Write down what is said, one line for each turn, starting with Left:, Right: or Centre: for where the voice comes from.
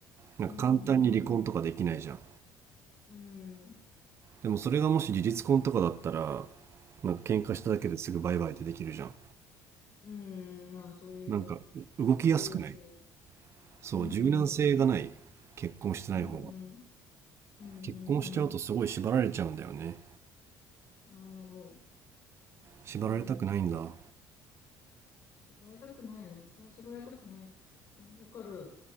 Left: うん。
Right: なんか簡単に離婚とかできないじゃん。
Left: うん。うん。うん。
Right: でもそれがもし事実婚とかだったら、なんか喧嘩しただけですぐバイバイってできるじゃん。
Left: うん。うん。ああ、そういう
Right: なんかう動きやすくない
Left: 容易性。
Right: そう、
Left: うん。
Right: 柔軟性がない。
Left: うん。
Right: 結婚してない方が。
Left: うん。うん。うん。
Right: 結婚しちゃうとすごい縛られちゃうんだよね。
Left: うんうんなるほど。
Right: 縛られたくないんだ。
Left: うん。縛られたくないよね。私も縛られたくない。うんわかる